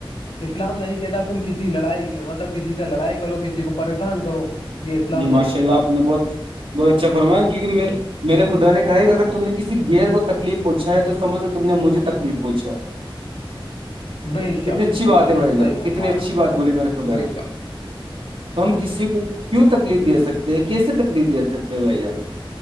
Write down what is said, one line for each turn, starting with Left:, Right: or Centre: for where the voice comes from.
Left: اسلام نہیں کہتا تم کسی لڑائی مطلب کسی سے لڑائی کرو کسی کو پریشان کرو یہ اسلام
Right: جی
Left: نہیں
Right: ماشاء
Left: کہتا
Right: اللہ آپ نے بہت بہت اچھا فرمایا کیونکہ میں میرے خدا نے کہا کہ اگر تم نے کسی گیئر کو تکلیف پوچھا ہے تو سمجھو تم نے مجھے تکلیف پوچھا ہے
Left: بے شک
Right: کتنی اچھی
Left: بے
Right: بات
Left: شک
Right: ہے بھائی
Left: صحیح
Right: جان
Left: فرمایا
Right: کتنی اچھی بات بولی میرے خدا
Left: بے
Right: نے
Left: شک
Right: تو ہم کسی کو کیوں تکلیف دے سکتے کیسے تکلیف دے سکتے ہو بھ ار